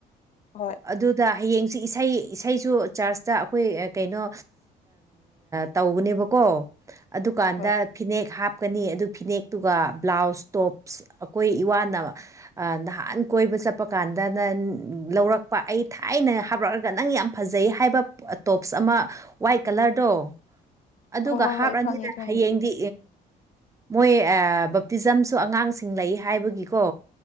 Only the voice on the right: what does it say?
ꯑꯗꯨꯗ ꯍꯌꯦꯡꯁꯤ ꯏꯁꯩ ꯏꯁꯩꯁꯨ ꯆꯔꯁꯇ ꯑꯩꯈꯣꯏ ꯀꯩꯅꯣ ꯇꯧꯕꯅꯦꯕꯀꯣ ꯑꯗꯨꯀꯥꯟꯗ
ꯐꯤꯅꯦꯛ ꯍꯥꯞꯀꯅꯤ ꯑꯗꯨ ꯐꯤꯅꯦꯛꯇꯨꯒ ꯕ꯭ꯂꯥꯎꯁ ꯇꯣꯞꯁ ꯑꯩꯈꯣꯏ ꯏꯋꯥꯅ ꯑꯥ ꯅꯍꯥꯟ ꯀꯣꯏꯕ ꯆꯠꯄ ꯀꯥꯟꯗ ꯅ ꯂꯧꯔꯛꯄ ꯑꯩ ꯊꯥꯏꯅ ꯍꯥꯞꯂꯛꯑꯒ ꯅꯪ ꯌꯥꯝ ꯐꯖꯩ ꯍꯥꯏꯕ ꯇꯣꯞꯁ ꯑꯃ ꯋꯥꯏꯠ ꯀꯂꯔꯗꯣ ꯑꯗꯨꯒ
ꯍꯥꯞꯂꯅꯤꯗ
ꯍꯌꯦꯡꯗꯤ ꯃꯣꯏ ꯕꯞꯇꯤꯖꯝꯁꯨ ꯑꯉꯥꯡꯁꯤꯡ ꯂꯩ ꯍꯥꯏꯕꯒꯤꯀꯣ